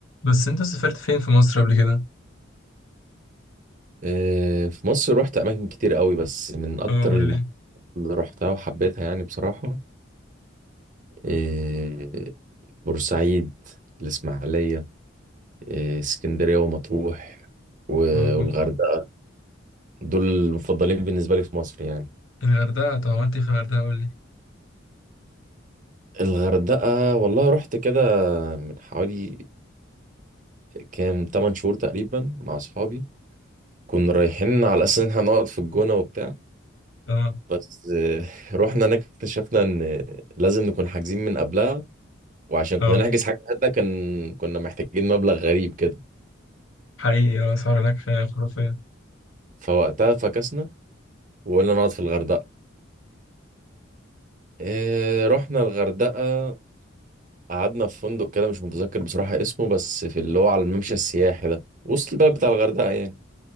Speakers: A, on the left (about 80°); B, on the right (about 40°).
A: بس انت سافرت فين في مصر قبل كده
B: آه، في مصر رحت اماكن كتير قوي بس من اكتر
A: اه قول
B: المحافظات
A: لي
B: اللي رحتها وحبيتها يعني بصراحة آه، بورسعيد الاسماعيلية آه، اسكندرية ومطروح و-
A: اه
B: والغردقة
A: جو-
B: دول المفضلين بالنسبة لي في مصر يعني
A: الغردقه طب عملت ايه في الغردقه قول لي
B: الغردقة والله رحت كده من حوالي كام 8 شهور تقريبا مع اصحابي كنا رايحين على اساس ان احنا نقعد في الجونة وبتاع
A: اه
B: بس آه، <laughs> رحنا هناك اكتشفنا ان لازم نكون حاجزين من قبلها وعشان
A: اه
B: كنا نحجز حاجة هنا كان كنا محتاجين مبلغ غريب كده
A: حقيقي اه اسعار هناك خرافيه
B: فوقتها فكسنا وقلنا نقعد في الغردقة إيه رحنا الغردقة قعدنا في فندق كده مش متذكر بصراحة اسمه بس في اللي هو على الممشى السياحي ده وسط البلد بتاع الغردقة يعني